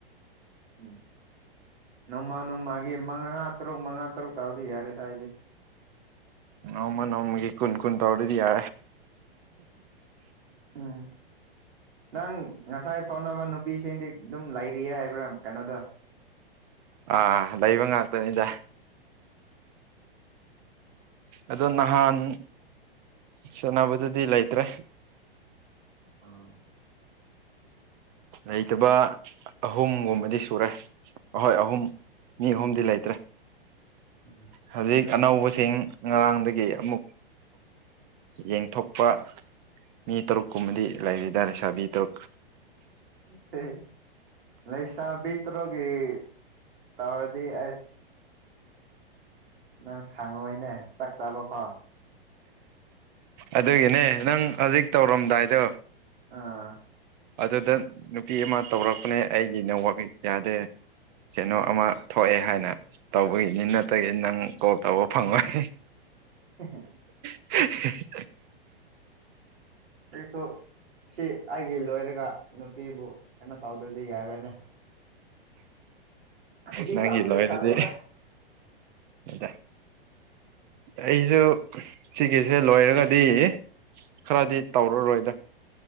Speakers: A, on the right; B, on the right.
A: ꯎꯝ ꯅꯣꯡꯃ ꯅꯣꯡꯃꯒꯤ ꯃꯉꯥ ꯇꯔꯨꯛ ꯃꯉꯥ ꯇꯔꯨꯛ ꯇꯥꯕꯗꯤ ꯌꯥꯔꯦ ꯇꯏꯗꯤ
B: ꯑꯃ ꯅꯃꯒ ꯀꯨꯟ ꯀꯨꯟ ꯇꯧꯔꯗꯤ ꯌꯥ
A: ꯎꯝ ꯅꯪ ꯉꯁꯥꯏ ꯐꯥꯎꯅꯕ ꯅꯨꯄꯤꯁꯤꯡꯗꯤ ꯑꯗꯨꯝ ꯂꯩꯔꯤꯌꯦ ꯍꯥꯏꯕ꯭ꯔꯥ ꯀꯩꯅꯣꯗꯣ
B: ꯑꯥ ꯂꯩꯕ ꯉꯥꯛꯇꯅꯤꯗ ꯑꯗꯣ ꯅꯍꯥꯟ ꯁꯦꯅꯕꯗꯨꯗꯤ ꯂꯩꯇ꯭ꯔꯦ
A: ꯑ <inaudible>
B: ꯂꯩꯇꯕ ꯑꯍꯨꯝꯒꯨꯝꯕꯗꯤ ꯁꯨꯔꯦ ꯑꯍꯣꯏ ꯑꯍꯨꯝ ꯃꯤ ꯑꯍꯨꯝꯗꯤ ꯂꯩꯇ꯭ꯔꯦ
A: ꯑꯗꯨ
B: ꯍꯧꯖꯤꯛ ꯑꯅꯧꯕꯁꯤꯡ ꯉꯔꯥꯡꯗꯒꯤ ꯑꯃꯨꯛ ꯌꯦꯡꯊꯣꯛꯄ ꯃꯤ ꯇꯔꯨꯛꯀꯨꯝꯕꯗꯤ ꯂꯥꯏꯔꯤꯗ ꯂꯩꯁꯥꯕꯤ ꯇꯔꯨꯛ
A: ꯁꯦ ꯂꯩꯁꯥꯕꯤ ꯇꯔꯨꯒꯤ ꯇꯥꯔꯗꯤ ꯑꯁ ꯅꯪ ꯁꯪꯉꯑꯣꯣꯏꯅꯦ ꯆꯥꯛ ꯆꯥꯕ ꯐꯥꯎ
B: ꯑꯗꯨꯒꯤꯅꯦ ꯅꯪ ꯍꯧꯖꯤꯛ ꯇꯧꯔꯝꯗꯥꯏꯗꯣ
A: ꯑꯥ
B: ꯑꯗꯨꯗ ꯅꯨꯄꯤ ꯑꯃ ꯇꯧꯔꯛꯄꯅꯦ ꯑꯩꯒꯤ ꯅ ꯌꯥꯗꯦ ꯀꯩꯅꯣ ꯑꯃ ꯊꯣꯛꯑꯦ ꯍꯥꯏꯅ ꯇꯧꯕꯒꯤꯅꯤ ꯅꯠꯇ꯭ꯔꯒꯤꯗꯤ ꯅꯪ ꯀꯣꯜ ꯇꯧꯕ ꯐꯪꯣꯏ
A: <inaudible>
B: <inaudible>
A: ꯑꯩꯁꯨ ꯁꯤ ꯑꯩꯒꯤ ꯂꯣꯏꯔꯒ ꯅꯨꯄꯤꯕꯨ ꯀꯩꯅꯣ ꯇꯧꯗ꯭ꯔꯗꯤ ꯌꯥꯔꯣꯏꯅꯦ ꯑꯩꯗꯤ
B: ꯅꯪ
A: ꯇꯟꯕꯨꯗꯤ
B: ꯏꯂ ꯑꯣꯏꯗꯤꯦ
A: ꯇꯜꯂꯦꯗ
B: ꯑꯗ ꯑꯩꯁꯨ ꯁꯤꯒꯤꯁꯦ ꯂꯣꯏꯔꯒꯗꯤ ꯈꯔꯗꯤ ꯇꯧꯔꯔꯣꯏꯗꯣꯏ